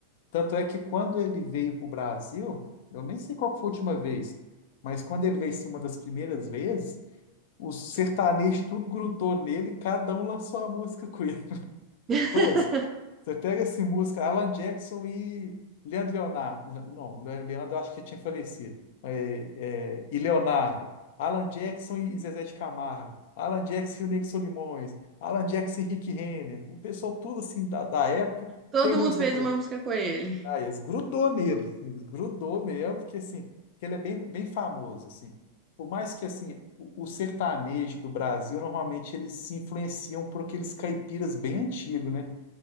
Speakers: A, on the left; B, on the right.
A: Tanto é que quando ele veio para o Brasil, eu nem sei qual que foi a última vez, mas quando ele veio, sim, uma das primeiras vezes, os sertanejos tudo grudou nele, cada um lançou uma música com ele.
B: <laughs>
A: Todos. Você pega essa música, Alan Jackson e Leandro Leonardo. Não, Leandro eu acho que tinha falecido. É, é, e Leonardo. Alan Jackson e Zezé de Camargo. Alan Jackson e o Nego Solimões. Alan Jackson e Rick Renner. O pessoal tudo assim da, da época
B: Todo
A: tem música
B: mundo fez
A: com ele.
B: uma música com ele.
A: Ah, eles grudou nele, <laughs> eles grudou mesmo, porque assim, que ele é bem, bem famoso, assim. Por mais que assim, o, o sertanejo do Brasil, normalmente eles se influenciam por aqueles caipiras bem antigos, né?